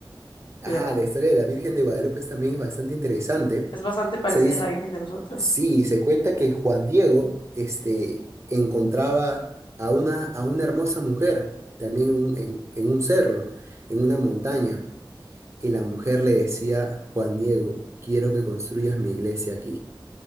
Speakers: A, on the right; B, on the left.
A: Ah,
B: Oye,
A: la historia de la Virgen de Guadalupe es- también es bastante interesante.
B: Es bastante parecida
A: Se dice,
B: a la Virgen de nosotros.
A: Sí, se cuenta que Juan Diego, este, encontraba a una, a una hermosa mujer, también un- en, en un cerro, en una montaña, y la mujer le decía, Juan Diego, quiero que construyas mi iglesia aquí.